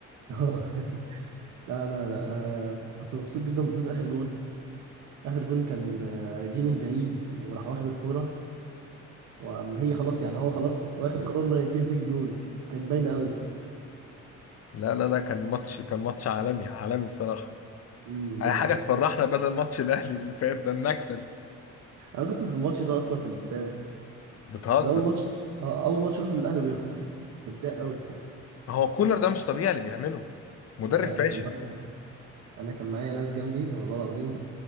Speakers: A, on the right; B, on the left.
A: <laughs> لا انا لا انا كنت مبسوط جدا بالذات اخر جون اخر جون كان آه، جه من بعيد وراح واخد الكورة واما هي خلاص يعني هو خلاص واخد قرار انه يديها تيجي جون كانت باينة قوي
B: لا لا لا كان ماتش كان ماتش عالمي عالمي الصراحة
A: امم
B: اي
A: دي
B: حاجة
A: حقيقة
B: تفرحنا بدل ماتش الاهلي اللي فات ده النكسة دي
A: انا كنت في الماتش ده اصلا في الاستاد
B: بتهزر
A: ده اول ماتش آه، اول ماتش اروح للاهلي ويخسر كنت متضايق قوي
B: هو كولر ده مش طبيعي اللي بيعمله مدرب
A: انا
B: فاشل
A: انا كان معايا انا كان معايا ناس جنبي والله العظيم